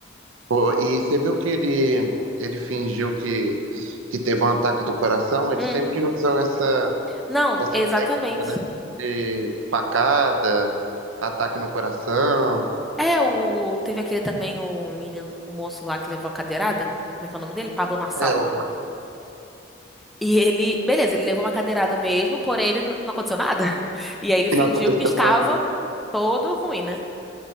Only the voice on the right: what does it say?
Pô, E você viu que ele, ele fingiu que, que teve um ataque do coração? Eles
sempre usam essa,
essa
técnica, né? De facada, ataque no coração.
É, o-
<laughs> não aconteceu
nada.